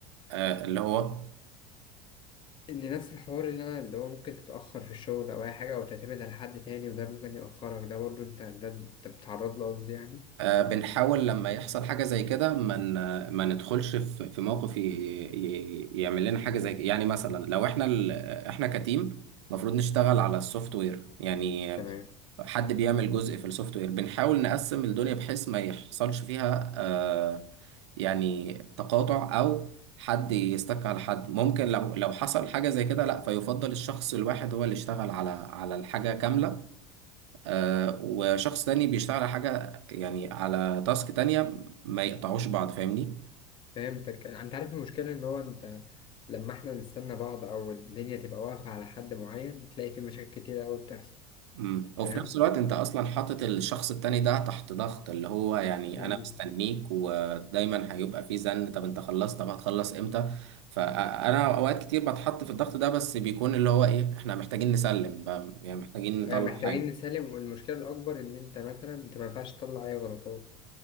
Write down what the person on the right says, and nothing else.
آه اللي هو
آه، بنحاول لما يحصل حاجة زي كده ما ن- ما ندخلش في في موقف ي- ي- يعمل لنا حاجة زي كده يعني مثلا لو احنا ال... احنا كتيم المفروض نشتغل على السوفت وير يعني
حد بيعمل جزء في السوفت وير بنحاول نقسم الدنيا بحيث ما يحصلش فيها آه، يعني تقاطع او حد يستك على حد ممكن لو لو حصل حاجة زي كده لا فيفضل الشخص الواحد هو اللي يشتغل على على الحاجة كاملة آه، وشخص تاني بيشتغل على حاجة يعني على تاسك تانية ما يقطعوش بعض فاهمني
امم وفي
نفس الوقت انت اصلا حاطط الشخص التاني ده تحت ضغط اللي هو يعني
انا مستنيك ودايما هيبقى في زن طب انت خلصت طب هتخلص امتى فانا اوقات كتير بتحط في الضغط ده بس بيكون اللي هو ايه احنا محتاجين نسلم بقى، يعني محتاجين نطلع
حاجة